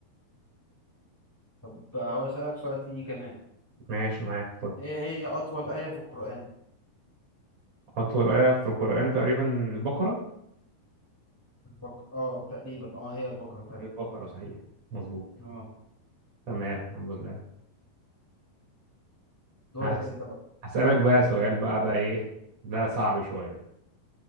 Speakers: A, in the centre; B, on the right (about 40°).
A: طب هو اسالك سؤال تاني كمان
B: ماشي معاك اتفضل
A: ايه هي اطول ايه في القران
B: أطول آية في القرآن تقريبا البقرة
A: البقره اه تقريبا اه هي البقره فعلا
B: البقرة صحيح مظبوط
A: اه
B: تمام الحمد لله
A: دورك
B: هس-
A: انت بقى
B: هسألك بقى سؤال بقى ده إيه ده صعب شوية